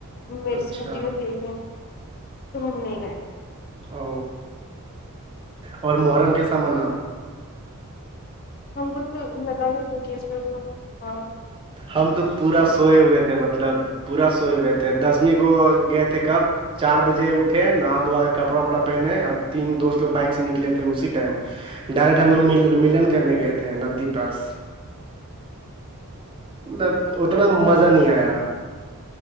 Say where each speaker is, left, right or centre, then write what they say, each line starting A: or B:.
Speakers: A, on the left (about 45°); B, on the right (about 25°).
A: می
B: اچھا
A: اسکوٹی میں تل ہے تو ہم نہیں گئے
B: او اور محرم کیسا منا
A: ہم کو تو لگا ہوز <unintelligible> میں ہاں
B: ہم تو پورا سوئے ہوئے تھے مطلب پورا سوئے ہوئے تھے دسویں کو گئے تھے کب چار بجے اٹھے نہا دوا کر کپڑا وپڑا پہنے اور تین دوست لوگ بائک سے نکلے تھے اسی ٹائم ڈائریکٹ ہم لوگ م ملن کرنے گئے تھے ندی پاس مطلب اتنا مزہ نہیں آیا